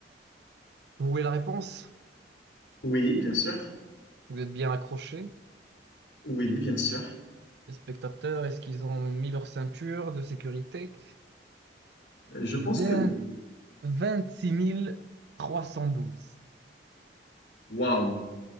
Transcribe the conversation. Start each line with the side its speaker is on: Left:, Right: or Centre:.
Right: Vous voulez la réponse?
Left: Oui, bien sûr.
Right: Vous êtes bien accrochés.
Left: Oui, bien sûr.
Right: Les spectateurs, est-ce qu'ils ont mis leur ceinture de sécurité?
Left: Euh, Je pense
Right: vingt
Left: que oui.
Right: Vingt-six mille trois cent douze.
Left: Waouh,